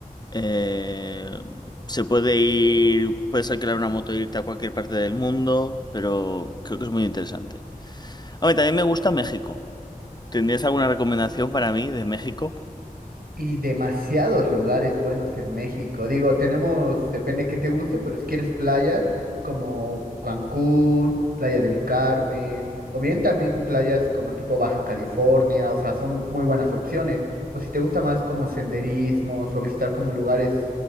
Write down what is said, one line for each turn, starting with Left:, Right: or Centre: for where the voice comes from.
Left: eh, se puede ir, puedes alquilar una moto e irte a cualquier parte del mundo, pero creo que es muy interesante. A ver, también me gusta México. ¿Tendrías alguna recomendación para mí de México?
Right: Y demasiados lugares buenos en México. Digo, tenemos, depende qué te guste, pero si quieres playas como Cancún, Playa del Carmen, o bien también playas como tipo Baja California, o sea, son muy buenas opciones. O si te gusta más como senderismos o visitar como lugares